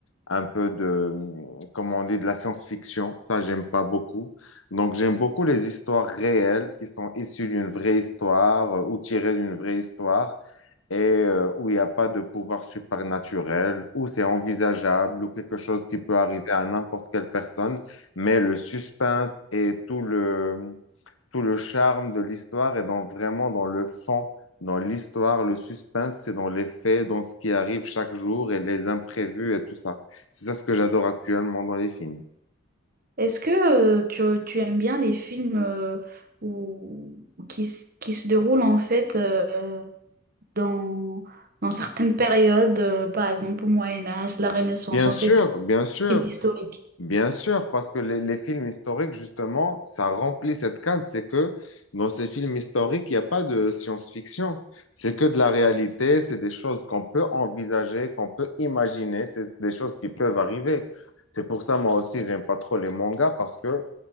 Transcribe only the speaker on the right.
Est-ce que euh, tu, tu aimes bien les films euh, où- qui, s- qui se déroulent en fait euh, dans, dans certaines périodes, euh, par exemple au Moyen Âge, la Renaissance,
en
fait des
films historiques?